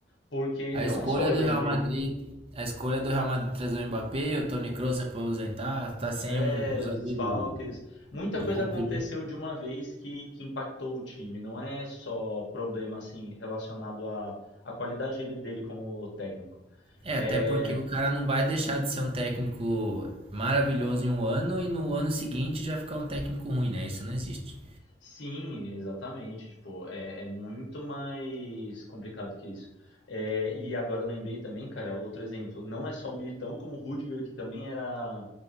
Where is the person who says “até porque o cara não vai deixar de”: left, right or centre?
Right